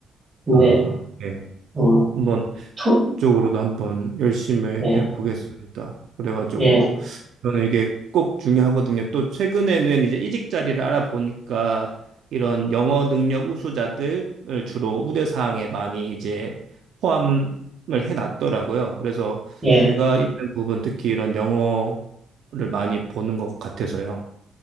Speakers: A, on the right; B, on the right.
A: 근데,
B: 아, 네.
A: 음,
B: 한번
A: 투,
B: 쪽으로도 한번 열심히 해
A: 예,
B: 보겠습니다. 그래가지고
A: 예,
B: 저는 이게 꼭 중요하거든요. 또 최근에는 이제 이직 자리를 알아보니까 이런 영어 능력 우수자들을 주로 우대 사항에 많이 이제 포함을 해놨더라고요. 그래서
A: 예,
B: 제가 있는 부분 특히 이런 영어를 많이 보는 것 같아서요.